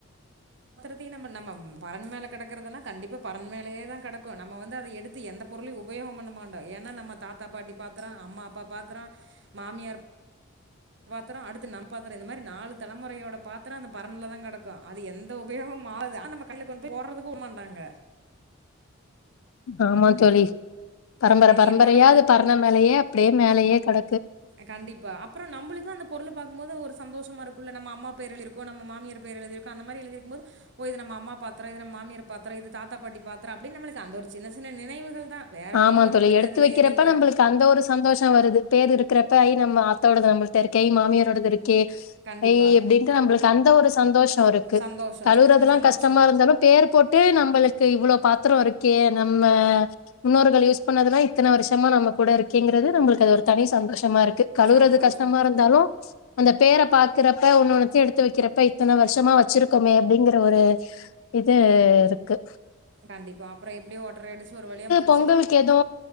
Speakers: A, on the right; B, on the left.
A: த்தயு நம்ம நம்ம ம் பரண் மேல கெடக்கறதெல்லா கண்டிப்பா பரண் மேலயேதா கெடக்கு. நம்ம வந்து அத எடுத்து எந்த பொருளையு உபயோகம் பண்ண மாண்டோ. ஏன்னா நம்ம தாத்தா பாட்டி பாத்தரோ அம்மா அப்பா பாத்தரோ மாமியார் பாத்தரோ அடுத்து நம் பாத்தரோ இந்த மாரி நாலு தலமுறையோட பாத்தரோ அந்த பரண்லதா கெடக்கு அது எந்த உபயோக மு ஆகாது. ஆனா நம்ம கடையில கொண்டு போய் போட்றதுக்கு க்கு மாண்டாங்க
B: ஆமா தோழி. பரம்பர
A: இது
B: பரம்பரையா
A: என்னோட
B: அது பரண மேலயே அப்டியே மேலயே கெட
A: அ கண்டிப்பா அப்புறோ நம்பளுக்கு அந்த பொருள பாக்கும் போது ஒரு சந்தோஷமா இருக்குல்ல நம்ம அம்மா பேர் எழிருக்கு நம் ம மாமியார் பேர் எழுதியிருக்கு அந்த மாரி எழுதியிருக் கும்போது ஓ இது நம்ம அம்மா பாத்தரோ இது நம்ம மாமியார் பாத்தரோ இது தாத்தா பாட்டி பாத்தரோ அப்பிடின்னு நம்மளுக்கு அந்த ஒரு சின்ன சின்ன நினைவுகள் தான். வேற
B: ஆமா
A: ஒண்ணும்
B: தோழி
A: நம்மளுக்கு
B: எடுத்து
A: அதுல
B: வைக்கிறப்ப
A: எது இல்ல.
B: நம்பளுக்கு அந்த ஒரு சந்தோஷ வருது பேர் இருக்கிற தாய் நம்ம ஆத்தாவோடது நம்மள்ட்ட இருக்கு ஐ மாமியாரோடது இரு க்கு
A: கண்டிப்பா.
B: ஐ அப்டின்ட்டு நம்பள தந்த ஒரு சந்தோஷ ந்தா இருக்கு.
A: சந்தோஷம்.
B: கழுவுறதெல்லா
A: சின்ன சின்ன சந்தோஷம்.
B: கஷ்டமா இருந்தாலு பேர் போட்டு நம்பளுக்கு இவ்வளோ பாத்தரோ இருக்கே நம்ம முன்னோர்கள் யூஸ் பண்ணது எல்லா இத்தன வருஷமா நம்ம கூட இருக்கேங்கிறது நம்மளுக்கு அது ஒரு தனி சந்தோ ஷமா இருக்கு கழுவுறது
A: சந்தோஷம்.
B: கஷ்டமா இருந்தாலு அந்த பேரை பாக்குறப்ப ஒன்னனேனுன்னத்தையும் எடுத்து வைக்கிப்ப இத்தனை வருஷமா வச்சிருக்கோமே அப்படிங்கற ஒரு இது இருக்கு
A: கண்டிப்பா அப்புறம் எப்படியோ ஓட்டர் அயடிச்சு ஒரு வழியா முடி <inaudible>
B: பொங்கல்லுக்கு ஏதோ